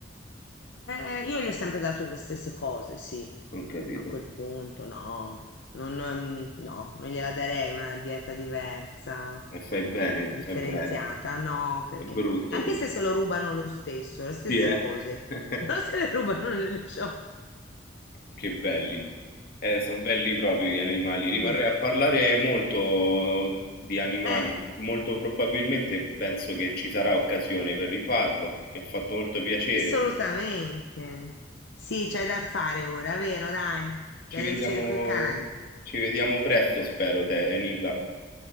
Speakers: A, on the left; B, on the left.
A: Eh, io gli ho sempre dato le stesse cose, sì.
B: Non capito.
A: A quel punto, no, non, ehm, no, non gliela darei una dieta diversa,
B: E fai bene,
A: differenziata,
B: fai bene.
A: no, perché
B: È brutto.
A: anche
B: tu.
A: se se lo rubano lo stesso, le stesse
B: Sì, eh.
A: cose,
B: <laughs>
A: <laughs> però se le rubano nelle ciotole.
B: Che belli. Eh, sono belli proprio gli animali. Rimarrei
A: Sì.
B: a parlare molto di animali.
A: Eh,
B: Molto probabilmente penso che ci sarà occasione per rifarlo. Mi ha fatto molto piacere.
A: assolutamente. Sì, c'hai da fare ora, vero? Dai, c'hai
B: Ci vediamo,
A: da uscire coi cani.
B: ci vediamo presto, spero, te, Nicla.